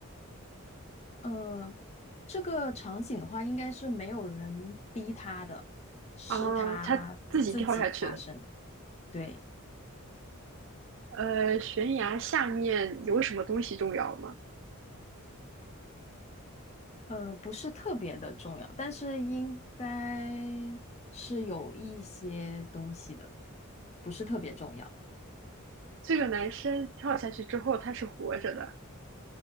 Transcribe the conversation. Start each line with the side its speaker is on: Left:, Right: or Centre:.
Left: 呃，这个场景的话，应该是没有人逼他的，是他自己发生的。
Right: 啊，他自己跳下去的。
Left: 对，
Right: 呃，悬崖下面有什么东西重要吗？
Left: 呃，不是特别的重要，但是应该是有一些东西的，不是特别重要。
Right: 这个男生跳下去之后，他是活着的。